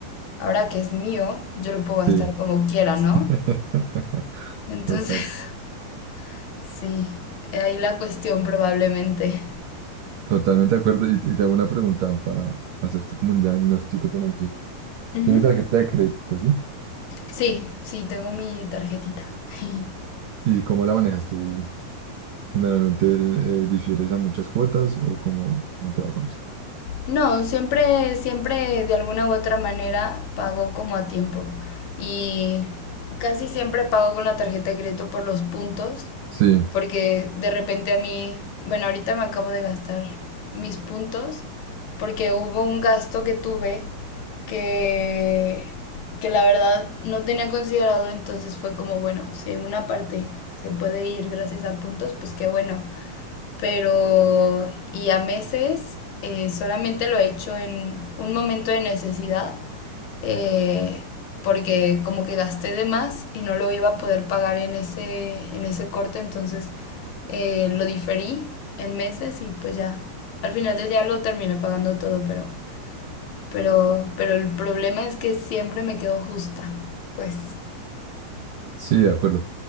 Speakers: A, on the left; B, on the right.
A: ahora que es mío, yo lo puedo gastar
B: Sí.
A: como quiera, ¿no?
B: <laughs>
A: Entonces,
B: Total,
A: <laughs> sí, ahí la cuestión probablemente.
B: totalmente de acuerdo. Y, y te hago una pregunta para hacerte como un diagnóstico financiero.
A: Ujú.
B: ¿Tienes tarjeta de crédito, sí?
A: Sí, sí, tengo mi tarjetita. <laughs>
B: ¿Y cómo la manejas tú Generalmente eh, difieres a muchas cuotas o cómo, cómo te va con eso.
A: No, siempre, siempre de alguna u otra manera pago como a tiempo. Y casi siempre pago con la tarjeta de crédito por los puntos,
B: Sí,
A: porque de repente a mí, bueno, ahorita me acabo de gastar mis puntos, porque hubo un gasto que tuve que, que la verdad no tenía considerado, entonces fue como, bueno, si en una parte se puede ir gracias a puntos, pues qué bueno. pero y a meses eh, solamente lo he hecho en un momento de necesidad, eh, porque como que gasté de más y no lo iba a poder pagar en ese, en ese corte, entonces eh, lo diferí en meses y pues ya, al final del día lo terminé pagando todo, pero, pero, pero el problema es que siempre me quedo justa, pues
B: sí, de acuerdo.